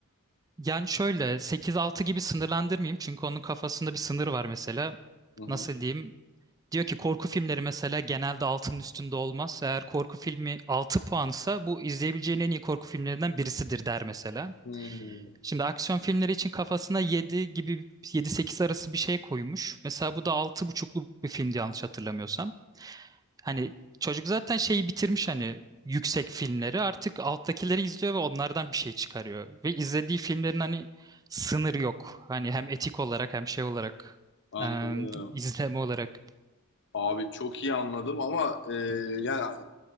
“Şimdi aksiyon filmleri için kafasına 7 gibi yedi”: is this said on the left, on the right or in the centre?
Right